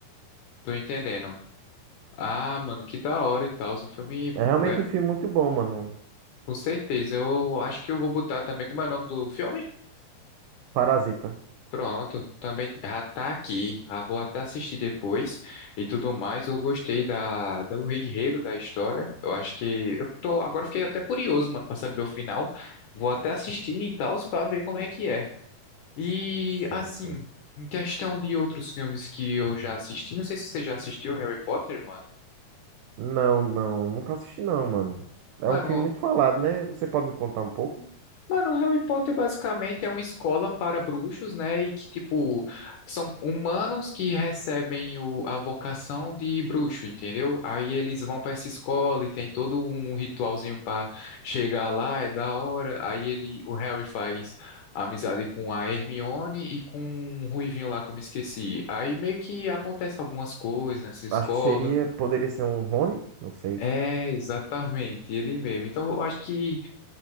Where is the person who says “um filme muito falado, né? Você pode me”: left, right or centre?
Right